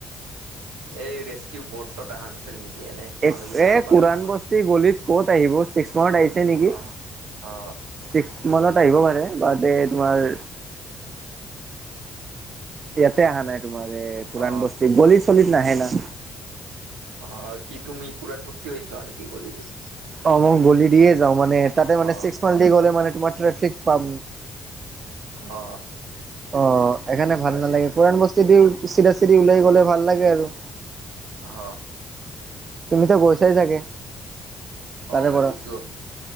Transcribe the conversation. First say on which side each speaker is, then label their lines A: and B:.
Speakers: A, on the right; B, on the right.
A: এই ৰেস্কিউব বট-চট অহা নাছিল নেকি, এনে
B: এক
A: মানুহকেইটাক
B: এ
A: ল'বা
B: কোৰাণ
A: কাৰণে?
B: বস্তি গলিত ক'ত আহিব, চিক্সমাৰত আহিছে নেকি?
A: অ অ
B: ছিক্স মানত আহিব পাৰে, তাতে তোমাৰ ইয়াতে অহা নাই তোমাৰ এই পুৰাণ
A: অ
B: বস্তিত গলি-চলিত নাহে না?
A: অ কি তুমি পুৰাণ বস্তি হৈ যোৱা নেকি গলি দি?
B: অ মই গলি দিয়ে যাও মানে তাতে মানে
A: অ
B: ছিক্স মাইল দি গ'লে মানে তোমাৰ ট্ৰেফিক পাম
A: অ
B: অ এইকাৰণে ভাল
A: হয়
B: নালাগে
A: এইটোতো
B: কৰান
A: হয়
B: বস্তি দি চিধা চিধি ওলাই গলে ভাল লাগে আৰু।
A: অ
B: তুমিতো গৈছাই চাগে
A: অ
B: তাৰে
A: মই
B: পৰা
A: গৈছো